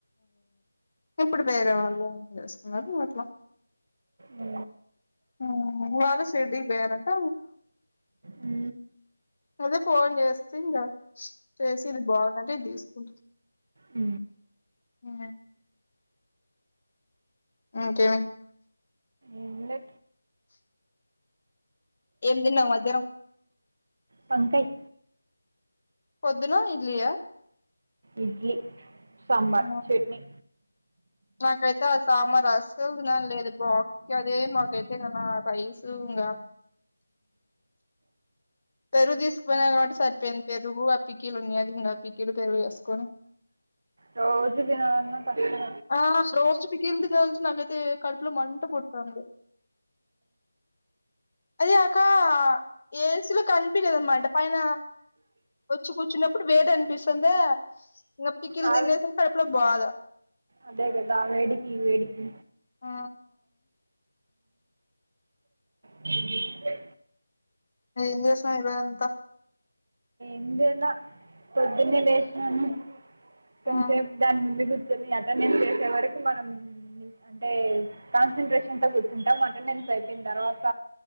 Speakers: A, on the left; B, on the right.
A: ఇప్పుడు వేరే
B: ఉమ్
A: వాళ్ళు చేస్తున్నారు అట్లా
B: ఆ
A: ఆ వాళ్ళు షిర్డీ కి పోయారంట
B: ఊ
A: అదే ఫోన్ చేస్తే ఇంగ చేసి ఇది బావుందంటే ఇది తీసుకుంటా
B: ఊ
A: ఆ ఇంకేమి
B: ఏం లే
A: ఏం తిన్నావ్ మధ్యానం
B: వంకయ్
A: పొద్దున్న ఇడ్లీ ఆ
B: ఇడ్లీ సాంబార్
A: ఆ
B: చట్నీ
A: నాకైతే ఆ సాంబార్ అసలు తినాలని లేదు బా ఇంక అదే మాకైతే నిన్న రైస్ ఇంగ పెరుగు తీసుపోయినా కాబట్టి సరిపోయింది పెరుగు ఆ పికిల్ ఉన్నాయ్ అది ఇంకా పికిలు పెరుగు ఏసుకొని
B: రోజు తినమన్న తప్పదు
A: ఆ రోజు పికిలు తినచ్చు నాకైతే కడుపులో మంట పుడతంది అది అక్కా ఏసులో కనిపిలేదన్నమాట పైన వచ్చి కూర్చున్నప్పుడు వేడనిపిస్తుందా ఇంకా పికిలు
B: ఆ,
A: తినేసరికి కడుపులో బాధ
B: అదే కదా వేడికి వేడికి
A: ఆ
B: లె
A: ఏం చేసినావ్ ఈరోజంతా
B: ముందెలా పొద్దున్నే లేసినను కాసేపు
A: ఆ
B: దాని ముందు కుర్చొని అటెండెన్స్ వేసే వరకు మనం అంటే కాన్సంట్రేషన్ తో కూర్చుంటాం అటెండెన్స్ అయిపోన తర్వాత